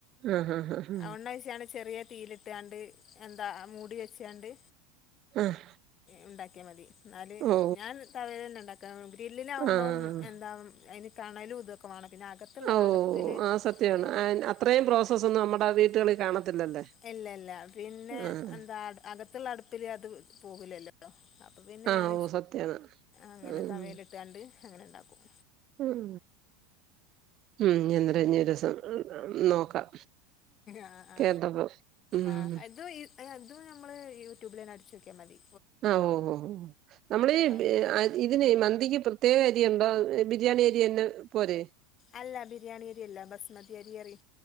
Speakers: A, on the right (about 40°); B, on the left (about 30°).
A: ആഹ് ആഹ് ആഹ്
B: എണ്ണ ഒയ്ച്ചാണ്ട് ചെറ്യേ തീലിട്ടാണ്ട് എന്താ മൂടി വെച്ചാണ്ട്
A: ആഹ്
B: ഉണ്ടാക് ക്ക്യാമതി. എന്നാല്
A: ഓ
B: ഞാൻ തവേല് തന്നെ ഇണ്ടാക്ക ഗ്രില്ലിലാവുമ്പം
A: ആഹ്
B: എന്താ അയിന് കണല് ഉതിർ ക്കുവാണ് പിന്നെ അകത്തുള്ള
A: ഓ
B: അടുപ്പില്
A: ആ സത്യാണ്
B: അത് <unintelligible>
A: ആൻ അത്രയും പ്രോസസ്സൊന്നും നമ്മുടെ വീട്ടുകളിൽ കാണത്തില്ലല്ലേ
B: ഇല്ലല്ല പിന്നെ
A: ആഹ്
B: എന്താ അകത്തുള്ള അടുപ്പില് അത് പോകില്ലല്ലല്ലോ അപ്പൊ പിന്നെ
A: ആഹ്
B: ഞാൻ
A: ഓ സത്യാണ്
B: അങ്ങനെ
A: ഉം
B: തവീലിട്ട് കാണ്ട് അങ്ങനെണ്ടാക്കും
A: ഉം ഉം എന്നത് ന്ന് നൊരീസം നോക്കാം
B: ആ ആ
A: കേട്ടപ്പം ഉം
B: ആ അത അത് നമ്മള് യൂട്യൂബിലെന്നെ അടിച്ചോക്ക്യാമതി
A: ആ ഓ ഓ ഓ നമ്മളീ
B: പറഞ്ഞു തരും
A: ഇതിന് മന്തിക്ക് പ്രത്യേക അരി ഉണ്ടോ ബിരിയാണി അരിന്നെ പോരെ
B: അല്ല ബിരിയാണി അരിയല്ല ബസ്മതി അരി അരി